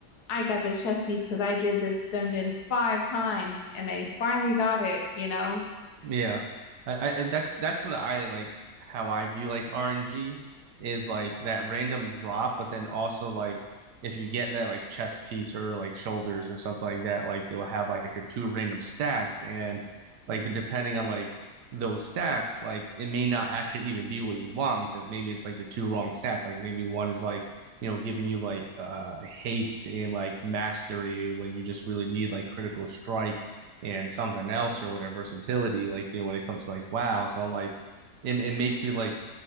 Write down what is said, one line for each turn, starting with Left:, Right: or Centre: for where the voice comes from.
Left: I got this chest piece because I did this dungeon five times and I finally got it, you know?
Right: Yeah. I, I I- that's that's what I like how I view like RNG is like that random drop, but then also like if you get that like chest piece or like shoulders or something like that, like you'll have like your two random stats and like but depending on like those stats, like it may not actually even be what you want because maybe it's like the two wrong stats. Like maybe one is like, you know, giving you like uh haste and like mastery when you just really need like critical strike and something else or whatever versatility like you know when it comes to like wow so I'm like it, it makes me like